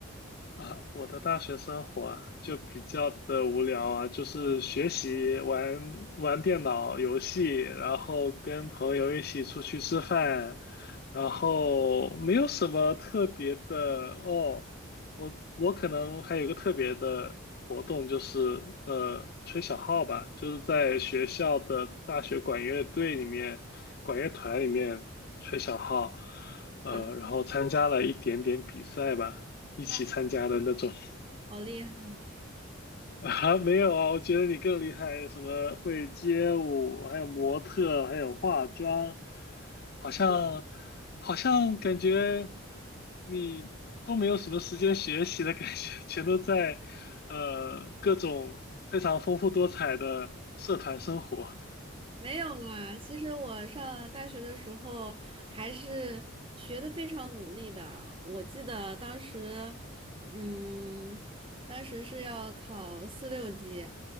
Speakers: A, on the left; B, on the right.
A: 啊，我的大学生活啊，就比较的无聊啊，就是学习、玩玩电脑游戏，然后跟朋友一起出去吃饭，然后没有什么特别的哦。我我可能还有一个特别的活动，就是呃吹小号吧，就是在学校的大学管乐队里面、管乐团里面吹小号，呃，
B: <laughs> 啊，
A: 然后参加了一点点比赛吧。一起参加的那种
B: 那
A: <laughs>
B: 好厉害！
A: 啊，没有啊，我觉得你更厉害，什么会街舞，还有模特，还有化妆，好像好像感觉你都没有什么时间学习的感觉，全都在呃各种非常丰富多彩的社团生活。
B: 没有啦，其实我上大学的时候还是学的非常努力的。我记得当时，嗯，当时是要考四六级，